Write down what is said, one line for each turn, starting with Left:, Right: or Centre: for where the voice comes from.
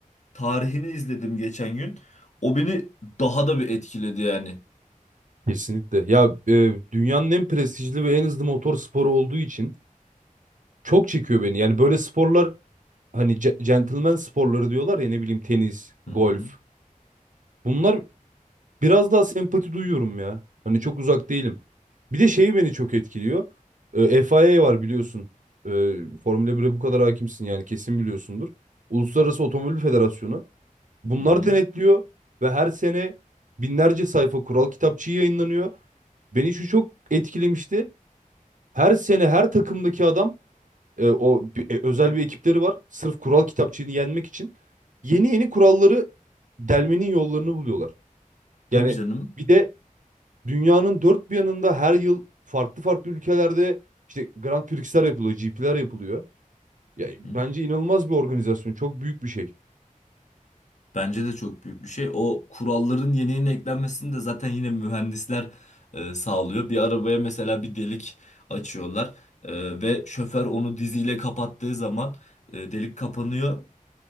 Left: tarihini izledim geçen gün. O beni daha da bir etkiledi yani.
Right: Kesinlikle. Ya e, dünyanın en prestijli ve en hızlı motor sporu olduğu için çok çekiyor beni. Yani böyle sporlar hani ce- gentleman sporları diyorlar ya ne bileyim tenis, golf.
Left: Hı hı,
Right: Bunlar biraz daha sempati duyuyorum ya. Hani çok uzak değilim. Bir de şeyi beni çok etkiliyor. E, FIA var biliyorsun. E, Formula 1'e bu kadar hakimsin yani kesin biliyorsundur. Uluslararası Otomobil Federasyonu. Bunlar
Left: hı hı.
Right: denetliyor ve her sene binlerce sayfa kural kitapçığı yayınlanıyor. Beni şu çok etkilemişti. Her sene her takımdaki adam e, o bi- e, özel bir ekipleri var. Sırf kural kitapçığını yenmek için yeni yeni kuralları delmenin yollarını buluyorlar.
Left: Tabii
Right: Yani
Left: canım.
Right: bir de dünyanın dört bir yanında her yıl farklı farklı ülkelerde işte Grand Prix'ler yapılıyor, GP'ler yapılıyor. Ya,
Left: Hı.
Right: bence inanılmaz bir organizasyon. Çok büyük bir şey.
Left: Bence de çok büyük bir şey. O kuralların yeni yeni eklenmesini de zaten yine mühendisler e, sağlıyor. Bir arabaya mesela bir delik açıyorlar e, ve şoför onu diziyle kapattığı zaman e, delik kapanıyor.